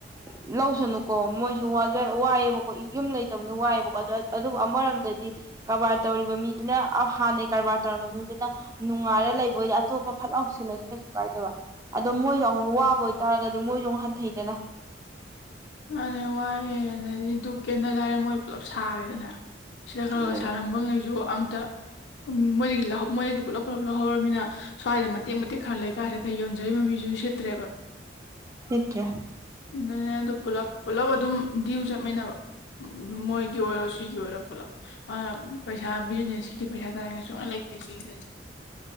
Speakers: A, on the right; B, on the left.
A: ꯂꯧꯁꯅꯨꯀꯣ ꯃꯣꯏꯁꯨ ꯋꯥꯏꯌꯦꯦꯕꯀꯣ ꯌꯨꯝ ꯂꯩꯇꯕꯅ ꯋꯥꯏꯦꯕꯀꯣ ꯑꯗꯨꯕꯨ ꯑꯃꯔꯣꯝꯗꯗꯤ ꯀꯔꯕꯥꯔ ꯇꯧꯔꯤꯕ ꯃꯤꯗꯨꯅ ꯍꯥꯟꯅꯩ ꯀꯔꯕꯥꯔ ꯇꯧꯔꯝꯕ ꯃꯤꯗꯨꯅ ꯅꯨꯡꯉꯥꯏꯔ ꯂꯩꯕ ꯑꯣꯏꯗꯗꯤ ꯑꯇꯣꯞꯄ ꯐꯠꯥꯎꯁꯤ ꯁꯨ ꯀꯩꯁꯨ ꯀꯥꯏꯗꯕ ꯑꯗꯣ ꯃꯣꯏꯁꯨꯎꯛ ꯋꯥꯕ ꯑꯣꯏꯇꯥꯔꯒꯗꯤ ꯃꯣꯏꯁꯨꯎꯨꯛ ꯍꯟꯊꯩꯗꯅ
B: ꯑꯅꯦ ꯋꯥꯏꯑꯦ ꯑꯗꯩꯗꯤ ꯗꯨꯛ ꯀꯦꯟꯗꯜ ꯍꯥꯏꯔꯦ ꯃꯣꯏ ꯄꯨꯂꯞ ꯁꯥꯔꯦꯗꯅꯦ ꯁꯤꯗ ꯈꯔ
A: ꯑꯗꯨꯅ
B: ꯈꯔ ꯁꯥꯔꯝꯕ ꯉꯩꯁꯨ ꯑꯝꯇ ꯃꯣꯏꯗꯒꯤ ꯃꯣꯏꯗꯒꯤ ꯄꯨꯂꯞ ꯄꯨꯂꯞ ꯂꯧꯍꯧꯔꯕꯃꯤꯅ ꯁ꯭ꯋꯥꯏꯗ ꯃꯇꯦꯛ ꯃꯇꯦꯛ ꯈꯔ ꯂꯩ ꯀꯥꯏꯔꯒ ꯌꯣꯟꯖꯔꯤꯕ ꯃꯤ ꯖꯨꯁꯤ ꯊꯦꯕ
A: ꯍꯠꯇꯦ
B: ꯅꯦ ꯑ ꯄꯨꯂꯞ ꯄꯨꯜꯂꯞ ꯑꯗꯨꯝ ꯗ꯭ꯌꯎ ꯆꯠꯃꯤꯟꯅꯕ ꯃꯣꯏꯒꯤ ꯑꯣꯏꯔꯣ ꯁꯤꯒꯤ ꯑꯣꯏꯔꯣ ꯄꯨꯂꯞ ꯑꯗꯨꯅ ꯄꯩꯁꯥ ꯕꯤꯖꯤꯅꯦꯁꯀꯤꯗꯤ ꯄꯩꯁꯥ ꯇꯥꯔꯦꯉꯥꯏ ꯁꯨꯡꯉꯩ ꯂꯩꯇꯦ ꯁꯤꯁ ꯐꯔꯦ